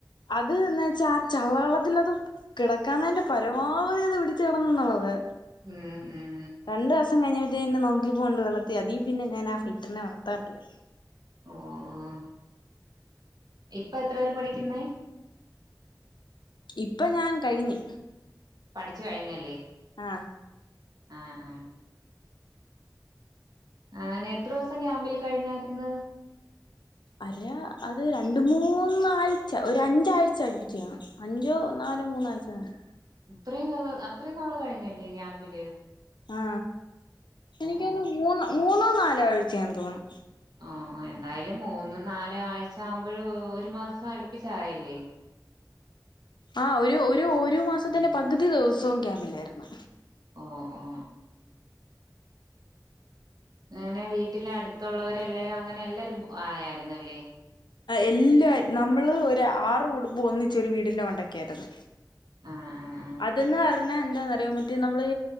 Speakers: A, on the left (about 85°); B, on the right (about 60°).
A: അത് എന്ന് വെച്ചാ ആ ചളിവള്ളത്തിൽ അത് കിടക്കാന്നതിന്റെ പരമാവധി അത് പിടിച്ചി കിടന്നുള്ളത്
B: ഉം ഉം
A: രണ്ടു ദിവസം കഴിഞ്ഞപ്പത്തേന്ന നോക്കിപോണ്ട് വള്ളത്തി അതി പിന്നെ ഞാൻ ആ ഫിൽറ്ററിനെ വളർത്താറില്ലാ
B: ഓ ഓ ഇപ്പ എത്രല് പഠിക്കുന്നേ
A: ഇപ്പം ഞാൻ കഴിഞ്ഞു
B: പഠിച്ചു കഴിഞ്ഞല്ലേ
A: ആഹ
B: ആഹ ആഹ ആനെ എത്ര ദിവസം ക്യാമ്പിൽ കഴിഞ്ഞായിര് ന്ന്
A: അല്ല അത് രണ്ട് മൂന്നാഴ്ച ഒരു അഞ്ചാഴ്ച.. അടുപ്പിച്ചു അഞ്ചോ നാലോ മൂന്നാഴ്ച മതി
B: ഇത്രയും അത്രയും നാള് കഴിഞ്ഞല്ലേ ഈ ക്യാമ്പിൽ
A: ആ എനിക്കൊന്ന്
B: ഓ
A: മൂന്നോ മൂന്നോ നാലോ ആഴ്ചയെന്ന് തോന്നും
B: ഓ എന്തായാലും മൂന്ന് നാല് ആഴ്ച ആകുമ്പോഴ ഒരു മാസം അടുപ്പിച്ചായല്ലേ
A: ആ ഒരു ഒരു ഒരു മാസത്തിന്റെ പകുതി ദിവസവും ക്യാമ്പിലായിരുന്നു
B: ഓ ഓ ങ്ങനെ വീട്ടില അടുത്തുള്ളവരെ എല്ലാരും അങ്ങനെ എല്ലാരും ആയായിരുന്നല്ലേ
A: എല്ലാ നമ്മള് ഒരു ആറ് കുടുംബ ഒന്നിച്ച ഒരു വീടിന്റെ മണ്ടക്ക ആയിരുന്നു
B: ആഹ് ആഹ് ആഹ്
A: അതന്ന് പറഞ്ഞാ എന്താന്നറിയോ മറ്റേ നമ്മള്